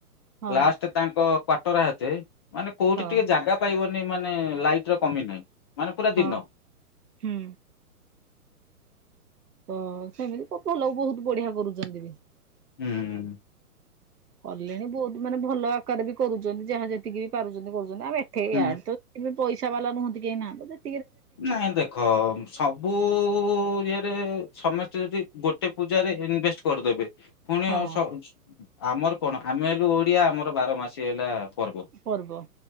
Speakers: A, on the right; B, on the left.
A: ହଁ
B: ଲାଷ୍ଟ ତାଙ୍କ କ୍ୱାଟରହାତେ ମାନେ କୋଉଠି
A: ହଁ।
B: ଟିକେ ଜାଗା ପାଇବନି, ମାନେ ଲାଇଟ ର କମି ନାଇଁ ମାନେ ପୁରା
A: ହଁ
B: ଦିନ।
A: ହୁଁ। ତ ସେମିତି <unintelligible> ବହୁତ ବଢିଆ କରୁଚନ୍ତି ବି।
B: ହୁଁ- ହୁଁ।
A: କଲେଣି ବହୁତ ମାନେ ଭଲ ଆକାର ବି କରୁଚନ୍ତି, ଯାହା ଯେତିକି ବି ପାରୁଚନ୍ତି କରୁ ଚନ୍ତି ଏଠେଇ
B: ହୁଁ
A: ଆଡେ ତ ପଇସା ବାଲା ନୁହଁନ୍ତି କେହି ନା ବୋଧେ
B: ନାଇଁ ଦେଖ ସବୁ ଇଏରେ ସମେ ସ୍ତେ ଯଦି ଗୋଟେ ପୂଜାରେ ଇନଭେଷ୍ଟ କରିଦେବେ, ଫୁଣି
A: ହଁ
B: ଆଉ ସ ଆମର କଣ ଆମେ ହେଲୁ ଓଡିଆ ଆମର ବାର ମାସି ହେଲା ପର୍ବ
A: ପର୍ବ